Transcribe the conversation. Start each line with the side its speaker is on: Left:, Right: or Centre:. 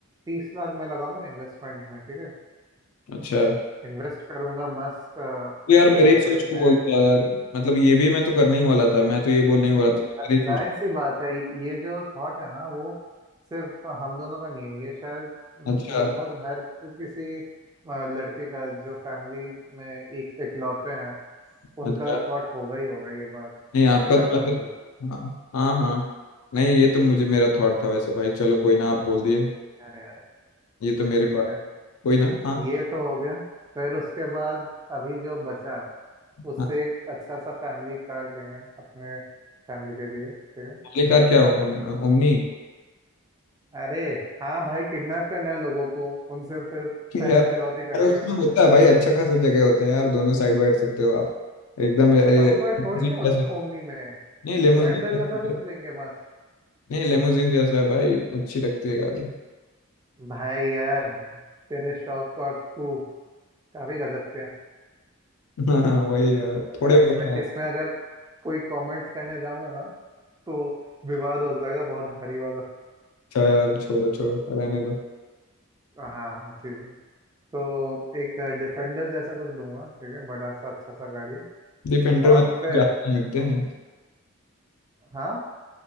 Right: तीस लाख मैं लगाऊंगा इन्वेस्टमेंट में ठीक है
Left: अच्छा
Right: इन्वेस्ट करूंगा मस्त अ,
Left: तो यार
Right: ऐसे
Left: मेरे ही
Right: कंपनीज
Left: सोच को
Right: में
Left: बोलता है यार मतलब ये भी मैं तो करने ही वाला था मैं तो ये बोलने ही
Right: नहीं
Left: वाला था तो
Right: जा-
Left: मेरे
Right: जाहिर
Left: ही सोच
Right: सी बात है ये जो थॉट है ना वो सिर्फ हम दोनों का नहीं है ये शायद म,
Left: अच्छा
Right: लगभग हर कोई- किसी अ, लड़के का जो फैमिली में एक इकलौते हैं उनका
Left: अच्छा
Right: थॉट होगा ही होगा ये बात
Left: नहीं आपका
Right: नहीं लगता
Left: तो वैसे
Right: तुझे
Left: हाँ हाँ हाँ नहीं ये तो मुझे मेरा थॉट था वैसे भाई चलो कोई ना आप बोल दिए
Right: अरे अरे
Left: ये तो मेरे
Right: ठीक
Left: पास
Right: है
Left: कोई ना हाँ
Right: ये तो हो गया फिर उसके बाद अभी जो बचा उससे
Left: हाँ
Right: एक अच्छा सा फैमिली कार लेंगे अपने फैमिली के लिए ठीक है
Left: आखिरकार क्या ओमनी
Right: अरे हाँ भाई किडनैप करना है लोगों को उनसे फिर पैसे
Left: यार
Right: फिरौती करेंगे
Left: अरे उसमें
Right: अपन
Left: होता है भाई अच्छा खासा जगह होते हैं यार दोनों साइड बैठ सकते हो आप एकदम ए, ए,
Right: कंफर्ट
Left: limousine
Right: थोड़ी है
Left: जैसे
Right: उसमें ओमनी में
Left: नहीं लेमोजीन
Right: डिफेंडर
Left: जैसे
Right: जैसा कुछ लेंगे बस
Left: नहीं लेमोजीन जैसा है भाई अच्छी लगती है गाड़ी
Right: भाई यार तेरे शौक और तू काफी गजब के हैं
Left: <laughs> हाँ हाँ, वही यार थोड़े बहुत
Right: इसमें
Left: हाँ,
Right: इसमें अगर कोई कमेंट्स करने जाऊंगा ना तो विवाद हो जाएगा बहुत भारी वाला
Left: अच्छा यार छोड़ो छोड़ो रहने दो
Right: हाँ ठीक है तो एक डिफेंडर जैसा कुछ लूंगा ठीक है बड़ा सा अच्छा सा गाड़ी
Left: डिफेंडर
Right: और
Left: में तो
Right: फिर
Left: ज्यादा नहीं देखते हैं
Right: हाँ